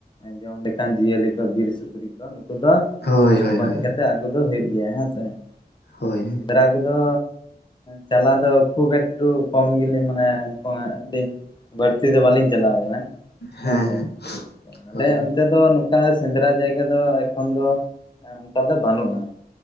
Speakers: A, on the left; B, on the left.
A: ᱡᱚᱢ ᱞᱮᱠᱟᱱ ᱡᱤᱭᱟᱹᱞᱤ ᱠᱚ ᱵᱤᱨ ᱥᱩᱠᱨᱤ ᱠᱚ ᱱᱩᱠᱩ ᱫᱚ
B: ᱦᱳᱭ ᱦᱳᱭ
A: ᱜᱚᱡ
B: ᱦᱳᱭ
A: ᱠᱟᱛᱮ ᱟᱹᱜᱩ ᱫᱚ ᱦᱩᱭᱩᱜ ᱜᱮᱭᱟ ᱦᱮᱸ ᱥᱮ,
B: ᱦᱳᱭ
A: ᱮᱸ
B: ᱦᱮᱸ
A: ᱥᱮᱸᱫᱽᱨᱟ ᱠᱚᱫᱚ ᱪᱟᱞᱟᱣ ᱫᱚ ᱠᱷᱩᱵ ᱮᱠᱴᱩ ᱠᱚᱢ ᱜᱮᱞᱤ ᱢᱟᱱᱮ ᱟᱹᱰᱤ ᱵᱟᱹᱲᱛᱤ ᱫᱚ ᱵᱟᱞᱤᱧ ᱪᱟᱞᱟᱣ ᱠᱟᱱᱟ
B: ᱦᱮᱸ
A: ᱦᱮᱸᱥᱮ ᱛᱚ ᱟᱞᱮ
B: ᱦᱳᱭ
A: ᱱᱚᱱ ᱛᱮᱫ ᱫᱚ ᱱᱚᱝᱠᱟ ᱥᱮᱸᱫᱽᱨᱟ ᱡᱟᱭᱜᱟ ᱫᱚ ᱮᱠᱷᱚᱱ ᱫᱚ ᱮᱸ ᱚᱱᱠᱟ ᱫᱚ ᱵᱟᱹᱱᱩᱜᱼᱟ,